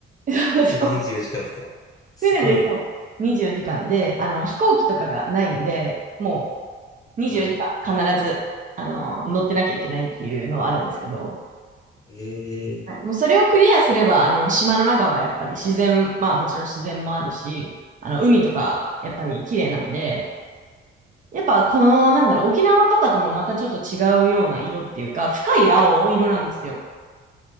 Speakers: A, on the right; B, on the left.
A: <laughs> そうそう
B: えで24 <laughs> 時間ですかすごいな。
A: 船でそう24時間で、あの、飛行機とかがないので、もう24時間必ず、
B: はい。
A: あの、乗ってなきゃいけないっていうのはあるんですけど、
B: え
A: はいもうそれをクリアすれば、
B: ー、
A: あの、島の中はやっぱり自然、まあもちろん自然もあるし、あの、海とかやっぱり綺麗なんで、やっぱこの、なんだろう、沖縄とかともまたちょっと違うような色っていうか、深い青色なんですよ。